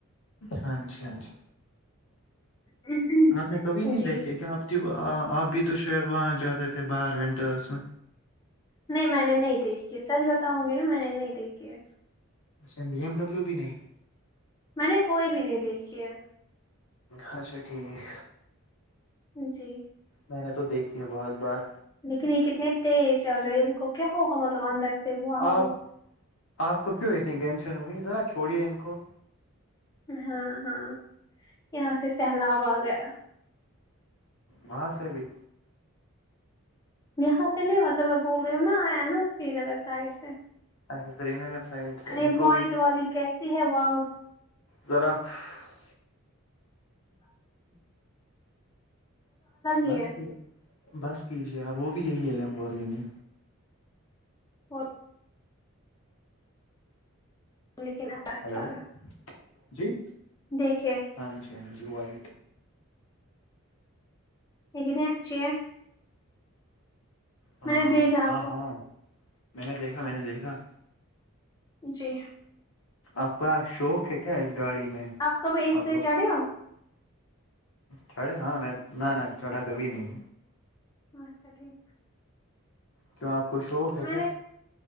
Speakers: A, on the left; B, on the left.
A: ہاں جی ہاں جی
B: سے
A: آپ نے کبھی نہیں
B: جی
A: دیکھے کیا آپ آپ بھی تو شاید وہاں جیادہ ت تھ بار ونٹرس میں
B: نہیں میں نے نہیں دیکھی سچ بتاؤں گی نا میں نے نہیں دیکھی ہے
A: ا بی ایم ڈبلو بھی نہیں
B: میں نے کوئی بھی نہیں دیکھی ہے
A: اچھا ٹھیک
B: جی
A: میں نے تو دیکھی ہے بہت بار
B: لیکن یہ کتنے تیز چل رہے ہیں ان کو کیا ہوگا مطلب اندر سے واؤ
A: آپ آپ کو کیوں اتنی ٹینشن ہوگئی ذرا چھوڑیے ان کو
B: ہاں ہاں یہاں سے سہلاب آ گیا
A: وہاں سے بھی
B: یہاں سے نہیں مطلب میں بول رہی ہوں نا آیا نا سری نگر سائڈ سے
A: اچھا سری نگر سائڈ سے
B: ارے
A: ان کو
B: موائٹ
A: بھی
B: والی کیسی ہے واؤ
A: ذرا <inaudible>
B: ب <inaudible>
A: بس
B: ہی ہے
A: بس کیجیے آب وہ بھی یہی ہے لمبورگ نے
B: وہ لیکن ایسا اچھل
A: ہلو
B: رہا <inaudible>
A: جی
B: دیکھے
A: ہاں جی ہاں جی وائٹ
B: یہیکن آچے <unintelligible>
A: ہاں
B: نے بھیجا آپ
A: ہاں
B: کو
A: ہاں میں نے دیکھا میں نے دیکھا
B: جی
A: اا شوق ہے کیا اس گاڑی میں
B: آپ کبھی اس
A: مطلب
B: پہ چڑھے ہو
A: چڑھے ہاں میں نہ نہ چڑھا کبھی نہیں
B: اچھا ٹھیک
A: کیوں آپ کو شوق ہے
B: میں
A: کیا
B: نے